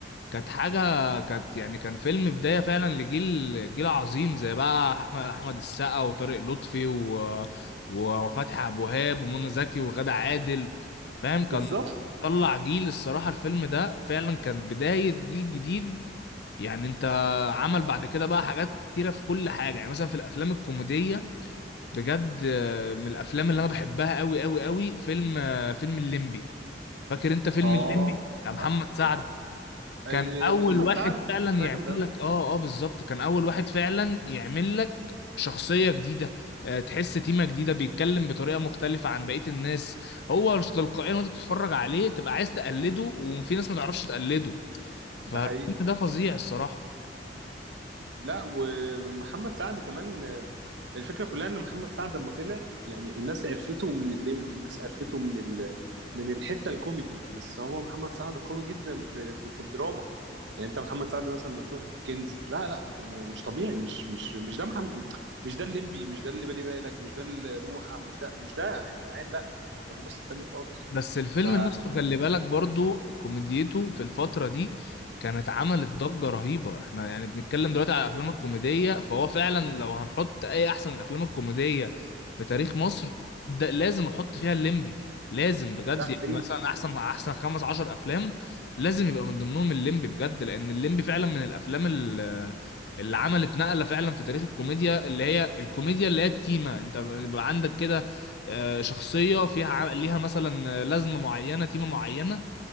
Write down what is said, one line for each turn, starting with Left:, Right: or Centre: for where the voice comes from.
Left: كانت حاجه كانت يعني كان فيلم بدايه فعلا لجيل جيل عظيم زي بقى احمد احمد السقا وطارق لطفي و... و- وفتحي عبد الوهاب ومنى زكي وغادة عادل فاهم كان
Right: بالظبط
Left: طلع جيل الصراحة الفيلم ده فعلا كان بداية جيل جديد يعني انت عمل بعد كده بقى حاجات كتيرة في كل حاجة يعني مثلا في الافلام الكوميدية بجد آه، من الافلام اللي انا بحبها قوي قوي قوي فيلم آه، فيلم الليمبي فاكر انت فيلم
Right: اه
Left: الليمبي بتاع محمد
Right: فعلا
Left: سعد
Right: ال-
Left: كان اول
Right: محمد
Left: واحد
Right: سعد
Left: فعلا يعمل
Right: ده جامد قوي
Left: لك اه اه بالظبط كان اول واحد فعلا يعمل لك شخصية جديدة آه، تحس تيمة جديدة بيتكلم بطريقة مختلفة عن بقية الناس هو مش تلقائيا وانت بتتفرج عليه تبقى عايز تقلده وفي ناس ما تعرفش تقلده فالفيلم
Right: ده حقيقي
Left: ده فظيع الصراحة
Right: لا ومحمد سعد كمان آه، الفكره كلها ان محمد سعد لما طلع يعني الناس عرفته من الليمبي الناس عرفته من ال... من الحته الكوميدي بس هو محمد سعد قوي جدا في في, في الدراما يعني انت محمد سعد مثلا ما تشوفه في الكنز لا لا آه، مش طبيعي مش مش مش ده محمد مش ده الليمبي مش ده اللي بالي بالك مش ده البوحه مش ده مش ده يا جدعان لا ده ممثل تاني خالص
Left: بس الفيلم
Right: ف
Left: نفسه خلي بالك برضو كوميديته في الفترة دي كانت عملت ضجة رهيبة احنا يعني بنتكلم دلوقتي على الافلام الكوميدية فهو فعلا لو هنحط اي احسن الافلام الكوميدية في تاريخ مصر ده لازم احط فيها الليمبي لازم بجد
Right: ده
Left: يعني
Right: حقيقي
Left: مثلا احسن احسن خمس عشر افلام لازم يبقى من ضمنهم الليمبي بجد لان الليمبي فعلا من الافلام ال- اللي عملت نقلة فعلا في تاريخ الكوميديا اللي هي الكوميديا اللي هي التيمة انت بيبقى عندك كده آه، شخصية فيها ع- ليها مثلا لازمة معينة تيمة معينة